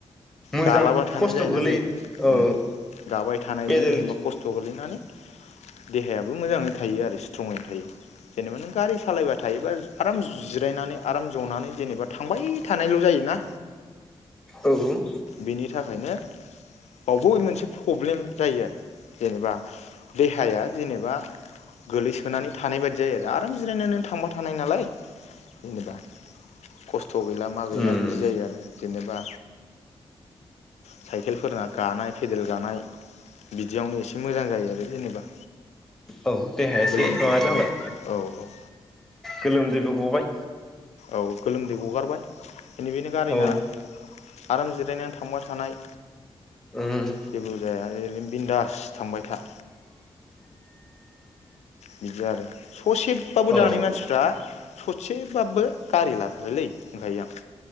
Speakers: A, in the centre; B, on the left (about 90°).
A: मोजां
B: गालाबा थानाय
A: खस्थ'
B: जायोना
A: गोलैयो
B: बे
A: औ
B: उम गाबाय थानायजों
A: पेदेल
B: जेनेबा खस्थ' गोलैनानै देहायाबो मोजाङैनो थायो आरो स्ट्रंङैनो थायो जेनेबा नों गारि सालायबाय थायोबा आराम जिरायनानै आराम जनानै जेनेबा थांबाय थानायल' जायोना।
A: औ।
B: बेनि थाखायनो बावबो मोनसे पब्लेम जायो आरो जेनेबा देहाया जेनेबा गोलैसोनानै थानाय बायदि जायो आरो आराम जिरायनानै नों थांबाय थानाय नालाय जेनेबा खस्थ थ' गैला मा गैला
A: उम
B: बिदि जायो आरो जेनेबा साइकेलफोरना गानाय पेदेल गानाय बिदियावनो एसे मोजां जायो आरो जेनेबा
A: औ देहाया एसे
B: गोलोमदै
A: माबा
B: गनो
A: जाबाय
B: औ औ
A: गोलोमदैबो गबाय
B: औ गोलोमदै गगारबाय इनिखायनो गारि
A: औ
B: ना आराम जिरायनानै थांबाय थानाय
A: उम
B: जेबोजाया ओरै बिन्दास थांबाय था बिदि आरो ससेब बाबो
A: औ
B: दानि मानसिफ्रा ससेबाब्बो गारि लाथारोलै होनखायो आं